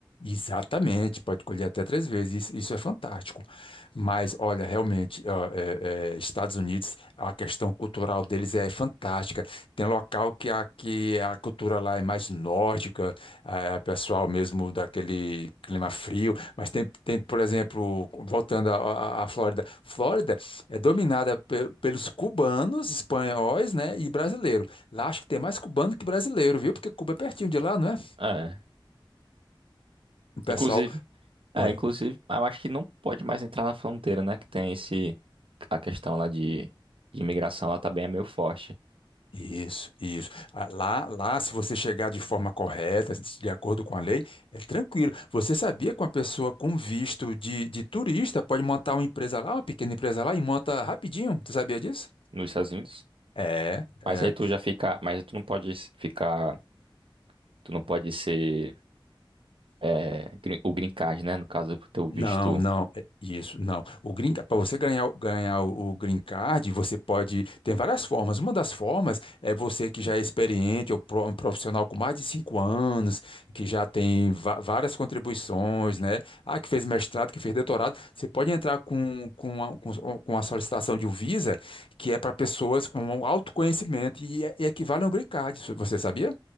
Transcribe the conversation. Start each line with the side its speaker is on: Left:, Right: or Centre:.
Left: Exatamente, pode colher até três vezes, isso, isso é fantástico. Mas, olha, realmente, ó, é, é, Estados Unidos, a questão cultural deles é fantástica. Tem local que a, que a cultura lá é mais nórdica, é, é pessoal mesmo daquele clima frio, mas tem, tem por exemplo, voltando à à- à Flórida, Flórida é dominada pe- pelos cubanos, espanhóis, né, e brasileiro. Lá acho que tem mais cubano que brasileiro, viu? Porque Cuba é pertinho de lá, não é?
Right: É.
Left: O pessoal.
Right: Inclusive, É,
Left: Oi.
Right: inclusive, eu acho que não pode mais entrar na fronteira, né? Que tem esse. A questão lá de, de imigração, ela também é meio forte
Left: Isso, isso. Ah, Lá, lá, se você chegar de forma correta, de acordo com a lei, é tranquilo. Você sabia que uma pessoa com visto de, de turista pode montar uma empresa lá, uma pequena empresa lá, e monta rapidinho? Você sabia disso?
Right: nos Estados Unidos.
Left: É,
Right: Mas
Left: é.
Right: aí tu já fica. Mas tu não pode ficar. Tu não pode ser. é, green- o green card, né? No caso do teu
Left: Não,
Right: visto.
Left: não, é isso, não. O green, para você ganhar, o- ganhar o o green card, você pode. Tem várias formas. Uma das formas é você que já é experiente, ou pro- um profissional com mais de cinco anos, que já tem va- várias contribuições, né? Ah, que fez mestrado, que fez doutorado. Você pode entrar com, com, a, com, com a solicitação de um Visa, que é para pessoas com um alto conhecimento e, é- e equivale a um green card. Isso Você sabia?